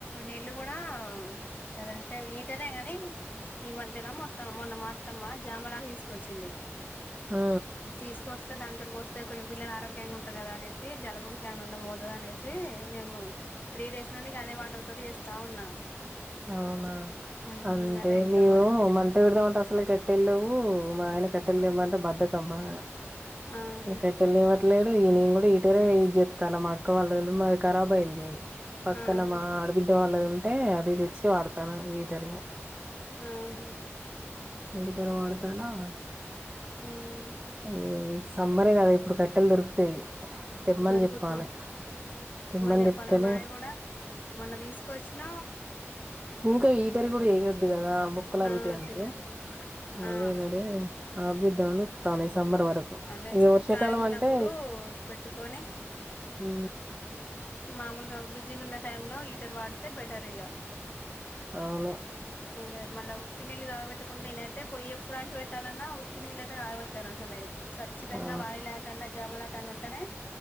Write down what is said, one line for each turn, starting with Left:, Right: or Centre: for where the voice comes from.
Left: నీళ్ళు గూడా గదంటే ఈటరే గాని ఈ మధ్యన మొత్తం మొన్న మా అత్తమ్మ జామలాకు తీసుకొచ్చింది
Right: ఆ
Left: తీసుకొస్తే దాని తోటి పోస్తే కొంచెం పిల్లలు ఆరోగ్యంగా ఉంటరు గదా అనేసి జలుబు ఇట్లాని ఉండ పోతదనేసి మేము త్రీ డేస్ నుండి అదే వాటర్ తోటి చేస్తా ఉన్నా
Right: అవునా
Left: మ్మ్
Right: అంటే
Left: అదే చేద్దాం
Right: మేము
Left: అనేసి
Right: మంట పెడదామంటే అసలు కట్టెల్లేవు మా ఆయన కట్టెలు తేమంటే బద్ద కం బాగా
Left: ఆహా
Right: ఏ కట్టె లేవ తేట్లేడు ఈ నేను కూడా హీటర్ ఏ ఈజ్ తన మాఅక్క వాళ్ళ ఇల్లు మాది కరాబ్ బోయింది పక్కన
Left: ఆహా
Right: మా ఆడబిడ్డ వాళ్ళ అంటే అది ఇది ఇచ్చి వాడతాను వీటరిగ
Left: ఆహా
Right: హీటర్ వాడతానా <unintelligible>
Left: మ్మ్
Right: ఈ సమ్మరే గదా ఇప్పుడు కట్టెలు దొరుకుతాయి తెమ్మని
Left: దొరుకుతయి
Right: చెప్పాలి తెమ్మని
Left: చెప్పలీ
Right: చెప్తేనే
Left: మా ఆయన కూడా మొన్న తీసుకు కొచ్చిన
Right: ఇఊకా హీటర్ కూడా వేయొద్దు కదా బొక్కలు అరుగుతాయి
Left: ఆ
Right: అంటారు
Left: చెయ్యొద్దు ఆ
Right: అదే మరి <unintelligible> సంబర్ వరకు
Left: అదే
Right: ఇ వర్షాకాలం
Left: ఖాళీగా ఉన్నప్పుడు
Right: అంటే
Left: పెట్టుకొని
Right: ఆ
Left: మామూలుగా బిజీ ఉన్న టై లో హీటర్ వాడితే బెటర్ ఇక
Right: అవును
Left: <unintelligible> నిల్గావట్ నేను అయితే పోయ్యప్పుూడాంటు ఇట్టా ఉత్తిిన నీళ్ళు ఆయన గాయబట్టాను అసలే ఖచ్చితంగా
Right: ఆ
Left: వాయి లేకుండా జముల ఉంటేనే